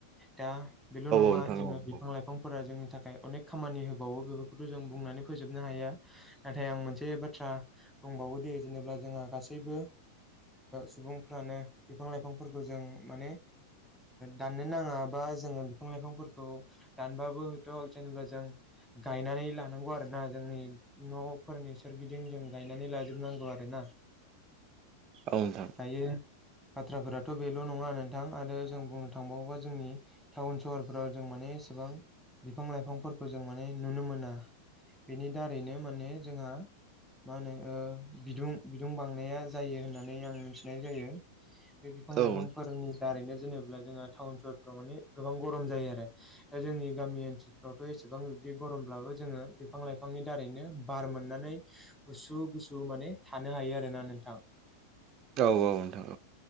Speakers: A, in the centre; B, on the right.
A: दा बेल' नङा
B: नोंथां
A: जोङो
B: औ औ
A: बिफां लाइफांफोरा जोंनि थाखाय अनेक खामानि होबावो बेफोरखौथ' जों बुंनानै फोजोबनो हाया नाथाय आं मोनसे बाथ्रा दंबावो दे जेनेब्ला जोंहा गासैबो सुबुंफ्रानो बिफां लाइफांफोरखौ जों माने दान नो नाङा बा जोङो लाइफांफोरखौ दानबाबो हय' जेनेब्ला जों गायनानै लानांगौ आरो ना जोंनि न'फोरनि सोरगिदिं जों गायनानै लाजोबनांगौ आरो ना
B: औ नोंथां औ नोंथां
A: दायो बाथ्राफोराथ' बेल' नङा नोंथां आरो जों बुंनो था थांबावोबा जोंनि टाउन सहरफ्राव जों माने एसेबां बिफां लाइफांफोरखौ जों माने नुनो मोना बेनि दारैनो माने जोंहा मा होनो बिदुं बिदुं बांनाया जायो होननानै आं मिथिनाय जायो बे बिफां लाइफांफोरनि
B: औ
A: दारैनो जेनेब्ला जोंहा टाउन सहरफ्राव माने गोबां गरम जायो आरो दा जोंनि गामि ओनसोलफ्रावथ' एसेबां बिबदि गरमब्लाबो जोङो बिफां लाइफांनि दारैनो बार मोननानै गुसु गुसु माने थानो हायो आरोना नोंथां
B: औ औ नोंथां